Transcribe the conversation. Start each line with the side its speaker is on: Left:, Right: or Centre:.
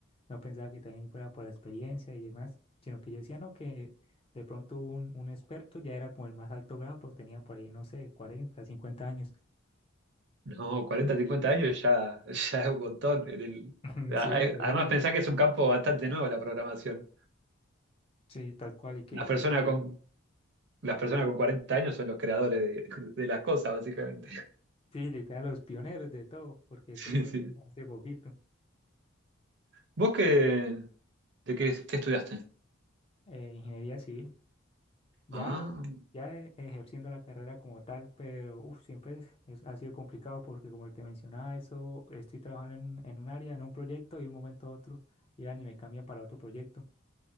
Left: No pensaba que también fuera por la experiencia y demás, sino que yo decía, no, que de pronto un, un experto ya era como el más alto grado, pues tenía por ahí, no sé, cuarenta cincuenta años.
Right: no, 40 50 años ya, <laughs> ya es un montón. en el-
Left: <laughs> Sí,
Right: a- eh,
Left: por
Right: además,
Left: eso.
Right: pensá que es un campo bastante nuevo la programación.
Left: Sí, tal cual. ¿Y qué,
Right: Las
Left: qué
Right: personas
Left: te pareció?
Right: con, las personas con 40 años son los creadores de, de las cosas, básicamente. <laughs>
Left: Sí, literal, los pioneros de todo, porque
Right: Sí,
Left: eso fue
Right: sí.
Left: hace poquito.
Right: ¿Vos qué, de qué qué estudiaste?
Left: eh, ingeniería civil, ya,
Right: Ah,
Left: ya e- ejerciendo la carrera como tal, pero uf, siempre es, es- ha sido complicado porque como te mencionaba, eso, estoy trabajando en, un- en un área, en un proyecto y de un momento a otro llegan y me cambian para otro proyecto.